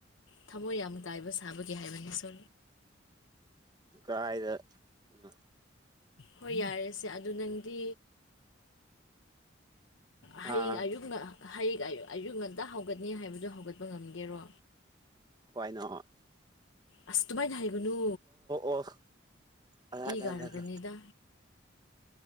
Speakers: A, on the left; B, on the right.
A: ꯊꯃꯣꯏ ꯌꯥꯝ ꯀꯥꯏꯕ ꯁꯥꯕꯒꯤ ꯍꯥꯏꯕꯅꯤ ꯁꯣ
B: ꯀꯥꯏꯗ ꯎꯝ
A: ꯍꯣꯏ ꯌꯥꯔꯦꯁꯦ ꯑꯗꯨ ꯅꯪꯗꯤ ꯍꯌꯦꯡ
B: ꯑꯥ
A: ꯑꯌꯨꯛꯅ ꯍꯌꯦꯡ ꯑꯌꯨꯛ ꯉꯇ ꯍꯧꯒꯠꯅꯤ ꯍꯥꯏꯕꯗꯨꯣ ꯍꯧꯒꯠꯄ ꯉꯝꯒꯦꯔꯣ
B: ꯍꯋꯥꯏ ꯅꯣꯠ
A: ꯑꯁ ꯇꯨꯃꯥꯏꯅ ꯍꯥꯏꯏꯒꯅꯨ
B: ꯑꯣ ꯑꯂꯥ
A: ꯏ
B: ꯂꯥ
A: ꯒꯥꯔꯒꯅꯤꯗ
B: ꯂꯥ ꯂꯥ